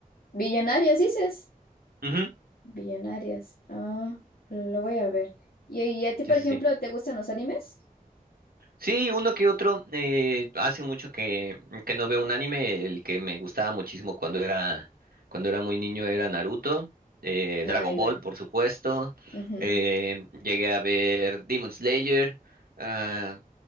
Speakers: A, on the left; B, on the right.
A: Billonarios, dices.
B: Ujú,
A: Billonarios. Ah, lo voy a ver. ¿Y, y a ti, por
B: Sí, sí,
A: ejemplo,
B: sí.
A: te gustan los animes?
B: Sí, uno que otro. eh, hace mucho que, que no veo un anime. El que me gustaba muchísimo cuando era, cuando era muy niño era Naruto. eh,
A: Ah,
B: Dragon
A: igual.
B: Ball, por supuesto.
A: Ujú.
B: eh, llegué a ver Demon Slayer. ah,